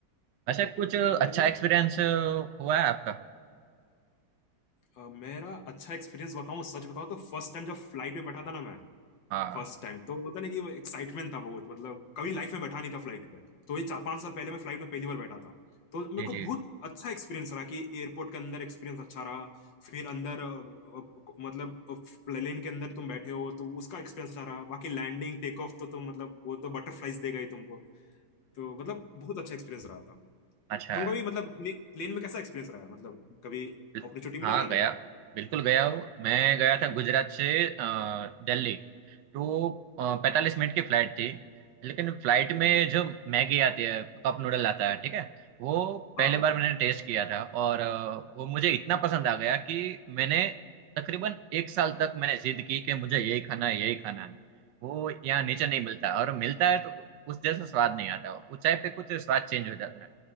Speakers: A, on the right; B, on the left.
A: वैसे कुछ अच्छा
B: मैंने
A: एक्सपीरियंस हुआ है आपका
B: अ, मेरा अच्छा एक्सपीरियंस बताऊं सच बताऊं तो फर्स्ट टाइम जब फ्लाइट में बैठा था ना मैं
A: हाँ
B: फर्स्ट टाइम तो होता नहीं कि वो एक्साइटमेंट था बहुत मतलब कभी लाइफ में बैठा नहीं था फ्लाइट पे तो ये चार पांच साल पहले मैं फ्लाइट में पहली बार बैठा था तो मेरे
A: जी
B: को
A: जी
B: बहुत अच्छा एक्सपीरियंस रहा कि एयरपोर्ट के अंदर एक्सपीरियंस अच्छा रहा फिर अंदर अ, अ, मतलब प्लेन के अंदर तुम बैठे हो तो उसका एक्सपीरियंस अच्छा रहा बाकी लैंडिंग टेक ऑफ तो तुम मतलब वो तो बटरफ्लाइज देगा ही तुमको तो मतलब बहुत अच्छा एक्सपीरियंस रहा था
A: अच्छा
B: तुमका भी मतलब प्लेन में कैसा एक्सपीरियंस रहा है मतलब कभी
A: बिल-
B: अपॉर्चुनिटी मिला
A: हाँ
B: जाने
A: गया
B: का
A: बिल्कुल गया हूँ मैं गया था गुजरात से अ, दिल्ली तो पैंतालीस
B: ओ,
A: मिनट की फ्लाइट थी लेकिन फ्लाइट में
B: हम्म,
A: जो मैगी आती है कप नूडल आता है ठीक है वो पहली
B: हाँ हाँ
A: बार मैंने टेस्ट किया था और अ, वो मुझे इतना पसंद आ गया कि मैंने तकरीबन एक साल तक मैंने जिद की कि मुझे यही खाना है यही खाना है वो यहाँ नीचे नहीं मिलता और मिलता है तो उस जैसा स्वाद नहीं आता ऊंचाई पे कुछ स्वाद चेंज हो जाता है